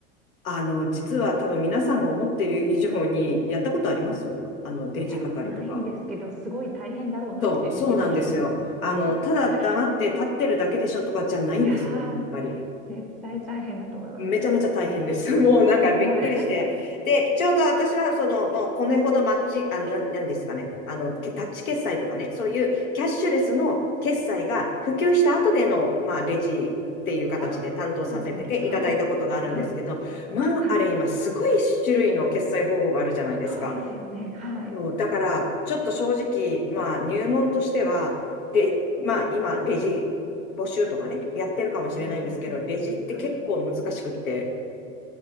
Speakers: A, on the left (about 85°); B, in the centre.
A: あの、実は多分皆さんが思ってる以上に、やったことありますあの、レジ係とか。
B: いや、ないんですけど、すごい大変だろうなって見てて思います。
A: そう、そうなんですよ。あの、
B: <laughs>
A: ただ黙って立ってるだけでしょとかじゃないんですよね、
B: はい。いやー、
A: やっぱり。
B: 絶対大変だと思います。
A: めちゃめちゃ大変です。<laughs> もうなんかびっくりして。
B: はい。
A: で、ちょうど私はその、もうこれほどマッチ、あの、なん、なんですかね。あの、けタッチ決済とかね、そういうキャッシュレスの決済が普及した後での、まあ、レジっていう形で担当させてていただいたことがあるんですけど、
B: <laughs> ああ、そうなんですね。はい。はい。
A: まあ、
B: はい。
A: あれ今すごい種類の決済方法があるじゃないですか。
B: そうですよね。はい。
A: そうだから、ちょっと正直、まあ、入門としては、で、まあ、今、レジ募集とかね、やってるかもしれないんですけど、
B: うん、うん、うん。
A: レジって結構難しくって、
B: はい。